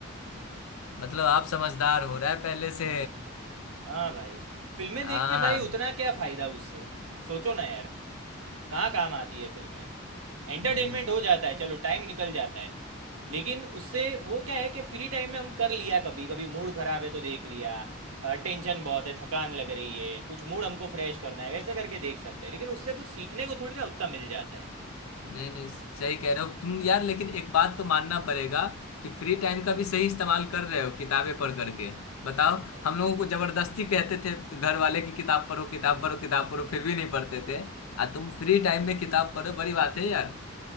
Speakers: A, on the left; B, on the right.
A: मतलब आप समझदार हो रहा है पहले से
B: हाँ भाई फिल्में
A: हाँ
B: देख के भाई
A: हाँ
B: उतना क्या फ़ायदा उससे सोचो ना यार कहाँ काम आती है फिल्में एंटरटेनमेंट
A: हम्म,
B: हो जाता है चलो टाइम निकल जाता है लेकिन उससे वो क्या है कि फ्री टाइम में हम कर लिया कभी कभी मूड खराब है तो देख लिया टेंशन बहुत है थकान लग रही है कुछ मूड हमको फ्रेश करना है वैसे करके देख सकते हैं लेकिन उससे कुछ सीखने को थोड़ी ना उतना मिल जाता है
A: नहीं नहीं सही कह रहे हो तुम यार लेकिन एक बात तो मानना पड़ेगा कि फ्री टाइम का भी सही इस्तेमाल कर रहे हो किताबें पढ़ करके बताओ
B: हाँ भाई
A: हम लोगों को जबरदस्ती कहते थे घर वाले की किताब पढ़ो किताब पढ़ो किताब पढ़ो फिर भी नहीं पढ़ते थे आ तुम फ्री टाइम में किताब पढ़ो बड़ी बात है यार